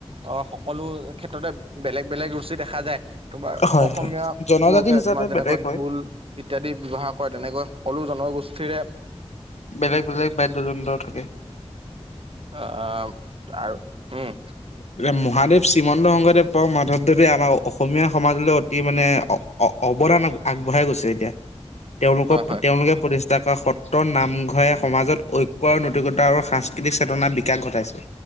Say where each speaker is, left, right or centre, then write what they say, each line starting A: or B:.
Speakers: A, on the right; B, on the left.
A: অ সকলো ক্ষেত্ৰতে বেলেগ - বেলেগ ৰুচি দেখা যায়। তোমাৰ
B: হয়
A: অসমীয়া
B: হয় জনজাতি
A: পুৰুষে
B: হিচাপে
A: তোমাৰ যেনেকৈ
B: বেলেগ হয়
A: ঢোল ইত্যাদি ব্যৱহাৰ কৰে তেনেকৈ সকলো জনগোষ্ঠীৰে
B: বেলেগ - বেলেগ বাদ্যযন্ত্ৰ থাকে।
A: অ ত আৰু উম।
B: বুলে মহাদেৱ শ্ৰীমন্ত শংকৰদেৱৰ মাধৱদেৱে আমাৰ অসমীয়া সমাজলৈ অতি মানে অ অ অৱদান আগ আগবঢ়াই গৈছে এতিয়া।
A: <inaudible>
B: তেওঁলোকক
A: হয়
B: তেওঁলোকে প্ৰতিষ্ঠা কৰা সত্ৰৰ নাম সংঘয়ে সমাজত ঐক্য আৰু নৈতিকতা আৰু সাংস্কৃতিক চেতনাৰ বিকাশ ঘটাইছে।